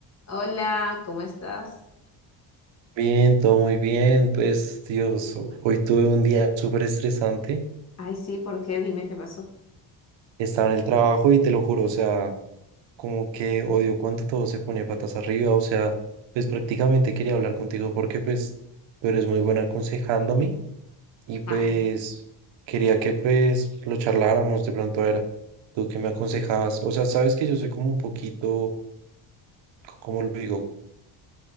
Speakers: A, on the left; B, on the right.
A: Hola, ¿cómo estás?
B: Bien, todo muy bien. Pues, Dios, ho- hoy tuve un día súper estresante.
A: Ay, sí, ¿por qué? Dime qué pasó.
B: Estaba en el trabajo y te lo juro, o sea, como que odio cuando todo se pone patas arriba. O sea, pues prácticamente quería hablar contigo porque pues tú eres muy buena aconsejándome y pues
A: Ay,
B: quería que pues lo charláramos de pronto a ver tú qué me aconsejabas. O sea, sabes que yo soy como un poquito, ¿cómo lo digo?